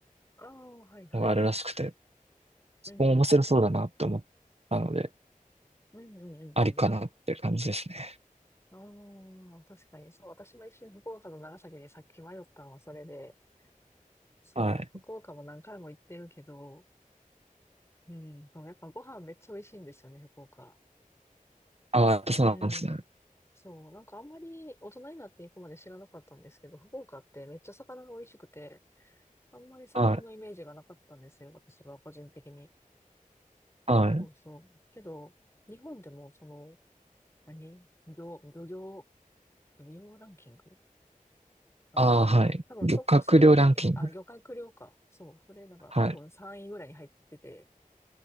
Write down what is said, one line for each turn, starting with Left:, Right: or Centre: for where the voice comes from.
Left: ああ、はいはい。
Right: のがあるらしくて、そこも面白そうだなって思ったので、
Left: うんうんうんうん。うんうんうんう
Right: ありかなって感じですね。
Left: ん。ああ、確かに。そう、私も一瞬福岡と長崎でさっき迷ったのはそれで、そう、
Right: はい。
Left: 福岡も何回も行ってるけど、うん、そうやっぱご飯めっちゃ美味しいんですよね、福岡。
Right: ああ、やっぱそうなんですね。
Left: うん。そう、なんかあんまり大人になっていくまで知らなかったんですけど、福岡ってめっちゃ魚が美味しくて、あんまり魚のイメージがなかったんですよ、
Right: はい。
Left: 私は個人的に。
Right: はい。
Left: そうそう。けど、日本でもその、何漁、漁業、漁業ランキングかなんかで、
Right: ああ、はい。
Left: 多分トップ3に、
Right: 漁獲量ランキング。
Left: あ、漁獲量か。そう、それなんか多分3位ぐらいに入ってて、
Right: はい。